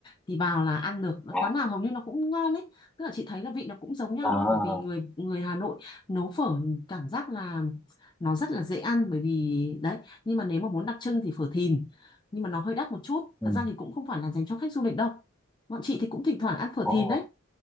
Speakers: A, on the left (about 20°); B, in the centre.
A: Thì vào là ăn được,
B: à,
A: quán nào hầu như nó cũng ngon ấy. Tức là chị thấy là vị nó cũng giống nhau
B: à,
A: ấy, bởi vì người người Hà Nội nấu phở cảm giác là nó rất là dễ ăn bởi vì đấy, nhưng mà nếu mà muốn đặc trưng thì phở Thìn. Nhưng mà nó hơi đắt một chút,
B: ừ,
A: thật ra thì cũng không phải là dành cho khách du lịch đâu. Bọn chị thì cũng thỉnh thoảng ăn phở
B: ồ,
A: Thìn đấy